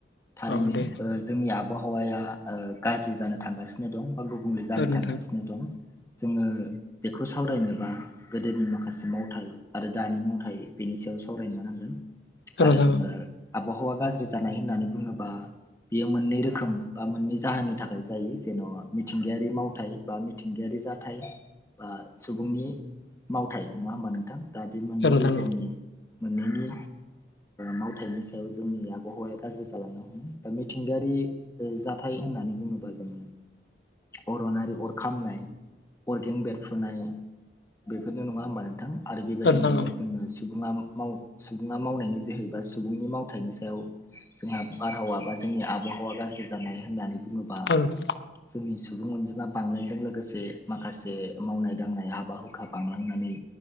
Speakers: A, on the left (about 15°); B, on the left (about 75°).
A: थारैनो।
B: औ दे
A: जोंनि आबहावाया गाज्रि जानो थांगासिनो दं बा गुबुंले जानो
B: औ नोंथां
A: थांगासिनो दं। जोङो बेखौ सावरायनोबा गोदोनि माखासे मावथाय आरो दानि मावथाइ बेनि सायाव सावरायनो नांगोन।
B: औ नोंथां
A: आरो जोङो
B: औ
A: आबहावा गाज्रि जानाय होननानै बुङोब्ला बेयो मोननै रोखोम बा मोननै जाहोननि थाखाय जायो। जेन' मिथिंगायारि मावथाइ बा मिथिंगायारि जाथाय बा सुबुंनि मावथाइ नङा होमबा नोंथां। दा बे मोननै
B: औ नोंथां
A: गेजेरनि
B: औ
A: मोननैनि मावथायनि सायाव सायाव जोंनि आबहावाया गाज्रि जालांनो हमो बा मिथिंगायारि जाथाय होननानै बुङोबा जोंङो अरनारि अर खामनाय, अरगें बेरफुनाय बेफोरनो नङा होमबा नोंथां। आरो बे बायदिनो
B: औ नोंथां औ
A: जोङो सुबु-सुबुङा मावनायनि जोहैबा सुबुंनि माव मावथायनि सायाव जोंहा बारहावा बा जोंनि आबहावा गाज्रि जानाय होननानै बुंबा
B: औ नोंथां औ
A: जोंनि सुबुं अनजिमा बांनायजों लोगोसे माखासे मावनाय दांनाय हाबा हुखा बांलांनानै